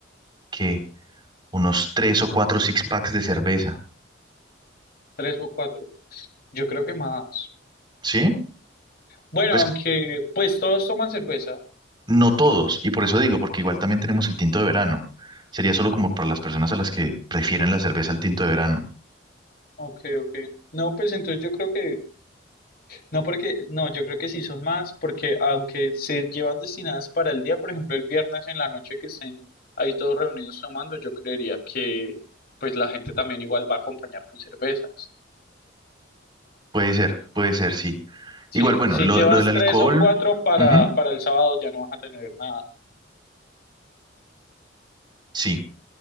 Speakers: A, on the right; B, on the left.
A: que unos tres o cuatro six packs de cerveza,
B: tres o cuatro. Yo creo que más.
A: ¿sí?
B: Bueno,
A: Pues
B: aunque pues todos toman cerveza.
A: no todos, y por eso digo, porque igual también tenemos el tinto de verano. Sería solo como para las personas a las que prefieren la cerveza al tinto de verano.
B: Ok, ok. No, pues entonces yo creo que No, porque, no, yo creo que sí son más, porque aunque se llevan destinadas para el día, por ejemplo, el viernes en la noche que estén ahí todos reunidos tomando, yo creería que pues la gente también igual va a acompañar con cervezas.
A: Puede ser, puede ser, sí.
B: Si,
A: Igual, bueno,
B: si
A: lo,
B: llevas
A: lo del alcohol,
B: tres o cuatro para,
A: ujú,
B: para el sábado ya no vas a tener nada.
A: sí,